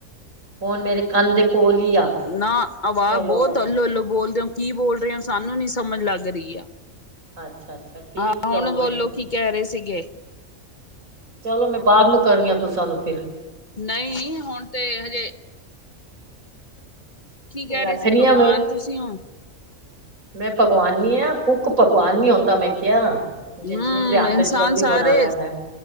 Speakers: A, on the right; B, on the left.
A: ਹੁਣ ਮੇਰੇ ਕੰਨ ਦੇ ਕੋਲ ਹੀ ਆ
B: ਨਾ ਆਵਾਜ਼
A: ਚਲੋ
B: ਬਹੁਤ
A: ਅੱ
B: ਅਲੋ ਅੱਲੋ ਬੋਲਦੇ ਹੋ, ਕੀ ਬੋਲ ਰਹੇ ਹੋ ਸਾਨੂੰ ਨੀ ਸਮਝ ਲੱਗ ਰਹੀ ਆ,
A: ਅੱਛਾ ਅੱਛਾ ਠੀਕ
B: ਹਾਂ ਹੁਣ
A: ਚਲੋ ਮੈਂ
B: ਬੋਲੋ ਕੀ ਕਹਿ ਰਹੇ ਸੀਗੇ।
A: ਚਲੋ ਮੈਂ ਬਾਅਦ ਨੂੰ ਕਰਨੀ ਆ ਤੁਸਾਂ ਨੂੰ ਫਿਰ
B: ਨਹੀਂ ਹੁਣ ਤੇ ਹਜੇ ਕੀ ਕਹਿ
A: ਰੱਖਣ
B: ਰਹੇ ਸੀ ਭਗਵਾਨ
A: ਆ ਮੈਂ
B: ਤੁਸੀਂ ਹੋ।
A: ਮੈਂ ਭਗਵਾਨ ਨਈ ਆਂ। ਕੁੱਕ ਭਗਵਾਨ ਨੀ ਹੋਂਦਾ ਦਾ, ਮੈਂ ਕਿਹਾ ਜੇ
B: ਹੂ,
A: ਉਸਦੇ ਹੱਥ
B: ਇਨਸਾਨ
A: ਜਲਦੀ ਬਣਾ
B: ਸਾਰੇ
A: ਲੈਂਦਾ